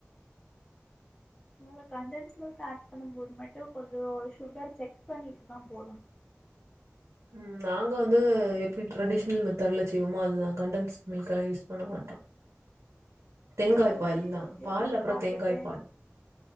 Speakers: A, on the left; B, on the right.
A: உங்களுக்கு கண்டென்ஸ் மில்க் ஆட் பண்ணும் போது மட்டும் கொஞ்சம் சுகர் செக் பண்ணிட்டு தான் போடணும்
B: உம் நாங்க வந்து எப்படி ட்ரெடிஷனல் மெத்தர்ட்ல செய்வோமோ அதுதான் கண்டென்ஸ் மில்க்ல்லாம் யூஸ் பண்ண மாட்டோம் தேங்காய்
A: ஏதோ
B: பால்
A: ஒரு யூடியூப்ல
B: தான் பால் அப்புறம்
A: பாத்துட்டு
B: தேங்காய் பால்